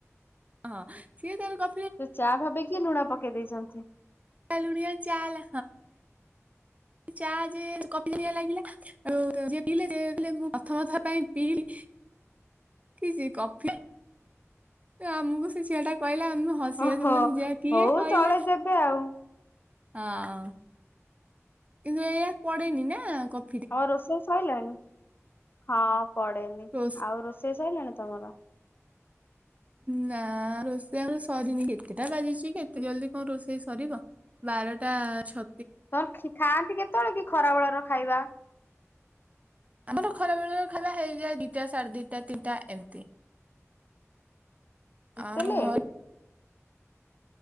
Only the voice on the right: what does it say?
ହଁ ସିଏ ତାର କ
ଲୁଣିଆ ଚାଁ ଚା ଯେ ଲାଗିଲା ଆ ଯ ପିଇଲେ ମୁଁ ପ୍ରଥମଥର ପାଇଁ ପିଇ କିଛି କଫି ଆମକୁ ସେ ଝିଅ ଟା କହିଲା ଆମ ହସିଆ
ବୁନ ଯା କିଏ
କହିଲା
ହଁ କିନ୍ତୁ ଏଇଆ ପଡନି ନା କ
ରୋଷେ
ନା ରୋଷେଇ ଆମ ସରିନି। କେତେଟା ବାଜିଛି କେତେ ଜଲଦି କଣ ରୋଷେଇ ସରିବ। ବାରଟା ଛ
ଆମର ଖରାବେଳେରେ ଖାଇବା ହେଇଯାଏ ଦିଟା ସାଢେ ଦିଟା ତିନିଟା ଏମିତି।
ଆମ
ଘର